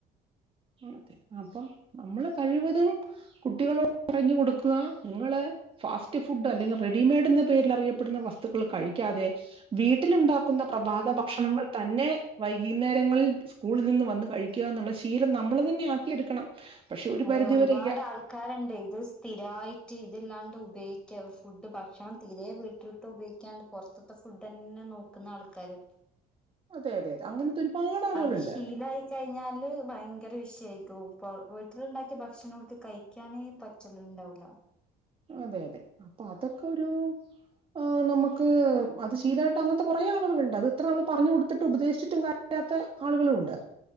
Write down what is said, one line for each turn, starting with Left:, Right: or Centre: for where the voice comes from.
Right: അതെ അപ്പം നമ്മള് കഴിവതും കുട്ടികളോട് പറഞ്ഞു കൊടുക്കുക ഇങ്ങള് ഫാസ്റ്റ് ഫുഡോ അല്ലെങ്കില് റെഡിമെയഡ് എന്ന പേരിൽ അറിയപ്പെടുന്ന വസ്തുക്കള് കഴിക്കാതെ വീട്ടിലുണ്ടാക്കുന്ന പ്രഭാത ഭക്ഷണങ്ങൾ തന്നെ വൈകുന്നേരങ്ങളിൽ സ്കൂളിൽ നിന്ന് വന്ന് കഴിക്കുകയെന്നുള്ള ശീലം നമ്മള് തന്നെ ആക്കിയെടുക്കണം പക്ഷെ ഒരു
Centre: അതെ
Right: പരിധിവരെ
Centre: ഒരുപാട്
Right: ഇയ
Centre: ആൾക്കാര്ണ്ട് ഇത് സ്ഥിരായിട്ട് ഇതില്ലാണ്ട് ഉപയോഗ ക്കാവും ഫുഡ് ഭക്ഷണം തീരെ വീട്ടിലത്തെ ഉപയോഗിക്കാണ്ട് പൊറത്ത്ത്തെ ഫുഡ് തന്നെ നോക്കുന്ന ആൾക്കാര്
Right: അതെ അതെയതെ അങ്ങനത്തെ ഒരുപാടാളുകള്ണ്ട്
Centre: അത് ശീലായി കഴിഞ്ഞാല് ഭയങ്കര വിഷയായിരിക്കും ഇപ്പ വീ ട്ടില്ണ്ടാക്കിയ ഭക്ഷണോൽക്ക് കഴിക്കാനേ പറ്റല്ണ്ടാവൂല്ല
Right: അതെ അതെ അപ്പൊ അതൊക്കൊരു ആഹ് നമുക്ക് അത് ശീലവായിട്ട് അങ്ങനത്തെ കൊറെയാളുകളുണ്ട് അത് എത്ര നമ്മള് പറഞ്ഞ് കൊടുത്തിട്ടും ഉപദേശിച്ചിട്ടും കര്യമില്ലാത്ത ആളുകളുമുണ്ട്